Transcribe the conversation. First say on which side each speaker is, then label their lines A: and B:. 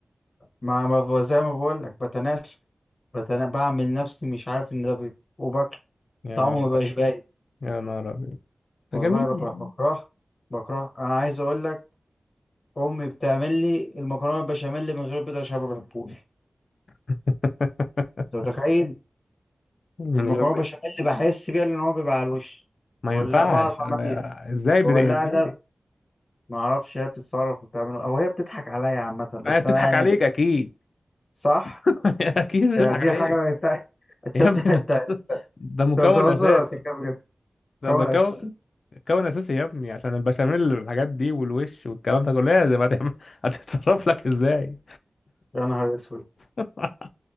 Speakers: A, on the left (about 50°); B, on the left (about 85°).
A: ما ما ب- زي ما بقول لك بتناسى بتنا... بعمل نفسي مش عارف إن ده بيض وباكله
B: يا
A: طعمه
B: نهار أبيض.
A: ما بقاش باين
B: يا نهار ابيض
A: والله
B: ده جميل
A: ببقى بكره بكره أنا عايز أقول لك امي بتعمل لي المكرونه البشاميل من غير بيض عشان ما بحبوش
B: <laughs>
A: انت متخيل
B: من
A: المكرونه
B: غير بيض
A: البشاميل بحس بيها لان هو بيبقى على الوش
B: ما
A: بقول
B: ينفعش
A: لا بعرف
B: آه،
A: اميز
B: ازاي
A: بقول
B: بدا
A: لها
B: ازاي
A: ده ما اعرفش هي بتتصرف وبتعمله او هي بتضحك عليا عامه بس
B: آه، بتضحك
A: انا يعني
B: عليك اكيد
A: صح
B: <laughs> اكيد بتضحك
A: يعني دي
B: عليك
A: حاجه ما ينفعش تصدق
B: يا ابني
A: انت
B: ده ده
A: انت
B: مكون
A: بتهزر
B: اساسي
A: ولا بتتكلم بجد؟
B: ده
A: كون
B: مكون
A: اساسي
B: مكون اساسي يا ابني عشان البشاميل والحاجات دي والوش والكلام ده كله لازم هتعمل <laughs> هتتصرف لك ازاي
A: يا نهار اسود
B: <laughs>